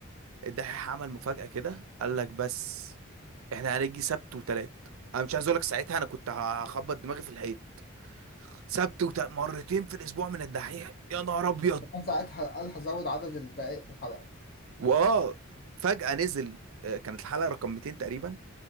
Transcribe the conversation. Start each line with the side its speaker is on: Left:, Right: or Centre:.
Right: الدحيح عمل مفاجاه كده قال لك بس احنا هنيجي سبت وتلات انا مش عايز اقول لك ساعتها انا كنت هخبط دماغي في الحيط سبت وتلات مرتين في الاسبوع من الدحيح يا نهار ابيض
Left: كمان ساعتها قال هزود عدد الدقائق في الحلقه
Right: واه فجاه نزل آه، كانت الحلقه رقم 200 تقريبا